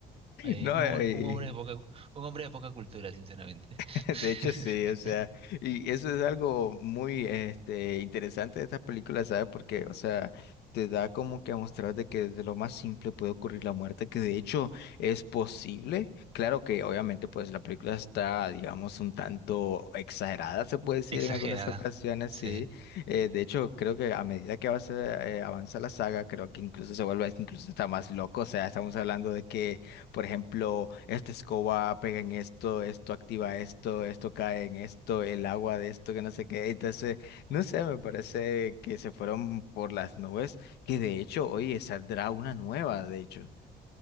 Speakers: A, on the right; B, on the left.
A: Eh,
B: No,
A: un,
B: eh,
A: hom- un hombre de poca, un hombre de poca cultura, sinceramente.
B: <laughs> De hecho,
A: <laughs>
B: sí, o sea, y eso es algo muy este, interesante de estas películas, ¿sabes? Porque, o sea, te da como que a mostrar de que de lo más simple puede ocurrir la muerte, que de hecho es posible. Claro que obviamente pues la película está, digamos, un tanto exagerada, se puede decir
A: Exagerada.
B: en algunas ocasiones,
A: Sí.
B: sí. Eh, de hecho, creo que a medida que avanza, eh, avanza la saga, creo que incluso se vuelve incluso está más loco, o sea, estamos hablando de que por ejemplo, esta escoba pega en esto, esto activa esto, esto cae en esto, el agua de esto, que no sé qué. Entonces, no sé, me parece que se fueron por las nubes, que de hecho, oye, saldrá una nueva, de hecho.